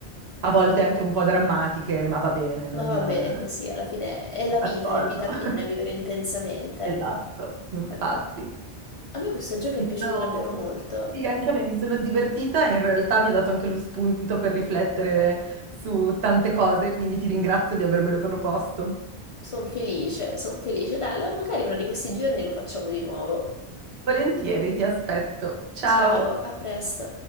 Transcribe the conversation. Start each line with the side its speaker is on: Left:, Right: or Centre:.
Right: a volte anche un po' drammatiche, ma va bene, non
Left: Ma va
Right: sono
Left: bene così, alla fine è la vita,
Right: d'accordo.
Left: è vita
Right: <laughs>
Left: piena, vivere intensamente.
Right: Esatto, infatti.
Left: Guarda, a me questo gioco
Right: Mi
Left: è piaciuto
Right: sono-
Left: davvero molto.
Right: Sì, anche a me mi sono divertita, in realtà mi ha dato anche lo spunto per riflettere su tante cose, quindi ti ringrazio di avermelo proposto.
Left: Sono felice, sono felice. Dai, la- magari uno di questi giorni lo facciamo di nuovo.
Right: Volentieri, ti aspetto. Ciao!
Left: Ciao, a presto.